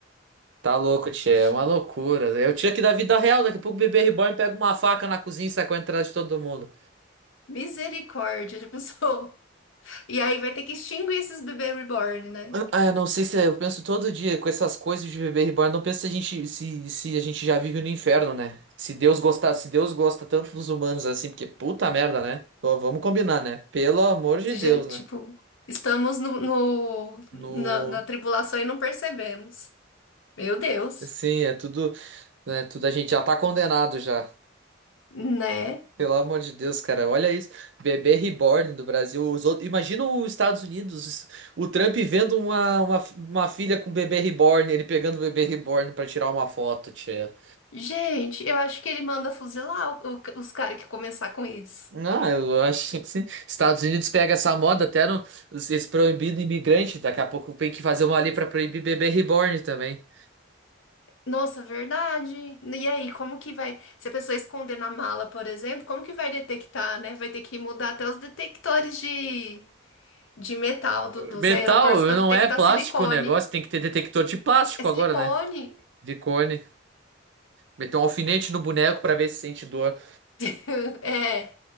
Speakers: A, on the right; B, on the left.
A: Tá louco, Tchê,
B: Gente,
A: É uma loucura. Eu tinha que da vida real. Daqui a pouco o bebê reborn pega uma faca na cozinha e sai correndo atrás de todo mundo.
B: misericórdia, já pensou? E aí vai ter que extinguir esses bebês reborn, né?
A: Ah, eu não sei se eu penso todo dia com essas coisas de bebê reborn. eu Não penso se a gente, se, se a gente já vive no inferno, né? Se Deus gostar, se Deus gosta tanto dos humanos assim, porque puta merda, né? Pô, vamos combinar, né? Pelo amor de
B: Esse
A: Deus,
B: dia, Tipo,
A: né?
B: estamos no, no-
A: No,
B: na, na tribulação e não percebemos. Meu Deus,
A: assim, é tudo, né, tudo a gente já tá condenado já.
B: né?
A: Pelo amor de Deus, cara, olha isso. Bebê reborn do Brasil. Os outros, imagina os Estados Unidos, o Trump vendo uma, uma, uma filha com bebê reborn, ele pegando o bebê reborn pra tirar uma foto, tia.
B: Gente, eu acho que ele manda fuzilar o- o- os caras que começar com isso.
A: Não, eu acho que sim. Estados Unidos pega essa moda até no, esse proibido imigrante. Daqui a pouco tem que fazer uma lei pra proibir bebê reborn também.
B: Nossa, verdade. E aí, como que vai? Se a pessoa esconder na mala, por exemplo, como que vai detectar, né? Vai ter que mudar até os detectores de, de metal do- dos
A: Metal
B: aeroportos para
A: não
B: detectar
A: é plástico
B: silicone.
A: o negócio, tem que ter detector de plástico
B: É silicone?
A: agora, né? de cone. Meteu um alfinete no boneco pra ver se sente dor.
B: <laughs> É.